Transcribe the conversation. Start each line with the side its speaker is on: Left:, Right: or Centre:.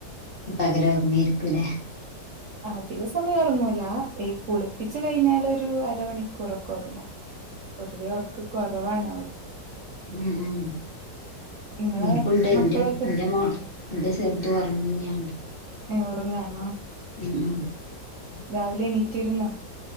Left: പകല് ഒറങ്ങായാരിക്കും അല്ലേ
Right: അധിക സമയം ഒറങ്ങൂല്ലാ ഈ കുളിപ്പിച്ച് കയിഞ്ഞാലൊ ഒരു അരമണിക്കൂറൊക്കെ ഒറങ്ങും പൊതുവെ ഒറക്ക് കൊറവാണ് അവൾ
Left: ഉം ഉം
Right: ഇങ്ങളെ
Left: ഉം കൊണ്ട് വരണ്ട്
Right: മക്കളൊക്കെ
Left: എൻ്റെ മോള് എന്റെ ചെറ്തും ഒറങ്ങ്യാ ന്നെയാണ്
Right: യെ ഒറങ്ങാണോ
Left: ഉം ഉം
Right: രാവിലെ എണീറ്റി ഇര്ന്നോ